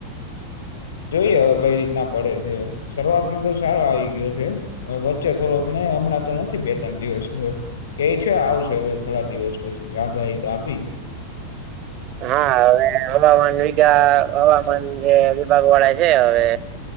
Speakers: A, on the left; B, on the right.
A: જોઈએ હવે કઈ રીતના પડે છે શરૂઆતમાં તો સારો આયી ગયો છે વચ્ચે થોડોક ને હમણાં તો નથી બે ત્રણ દિવસ થયો કઈ છે આવશે હવે થોડા દિવસ પછી આગાહી તો આપી
B: હા હવે હવામાન વિગા હવામાન જે વિભાગ વાળા છે હવે